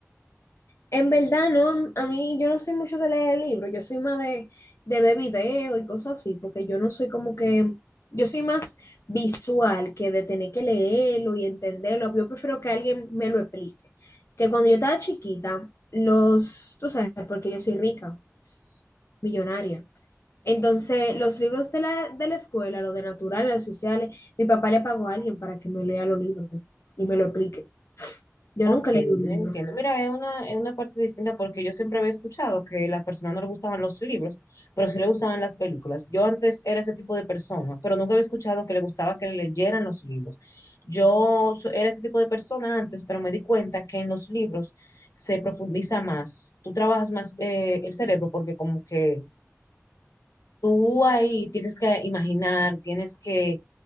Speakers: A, on the left (about 60°); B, on the left (about 80°).
A: En verdad, no, a mí yo no soy mucho de leer libros, yo soy más de, de ver videos y cosas así, porque yo no soy como que, yo soy más visual que de tener que leerlo y entenderlo. Yo prefiero que alguien me lo explique. Que cuando yo estaba chiquita, los, tú sabes, porque yo soy rica. millonaria. Entonces, los libros de la, de la escuela, los de naturales, los sociales, mi papá le pagó a alguien para que me lea los libros y me lo explique. Yo
B: Ok,
A: nunca
B: yo
A: leí un libro.
B: entiendo. Mira, es una, es una parte distinta porque yo siempre había escuchado que a las personas no les gustaban los libros, pero sí le gustaban las películas. Yo antes era ese tipo de persona, pero nunca había escuchado que le gustaba que le leyeran los libros. Yo so- era ese tipo de persona antes, pero me di cuenta que en los libros se profundiza más. Tú trabajas más eh, el cerebro porque como que Tú ahí tienes que imaginar, tienes que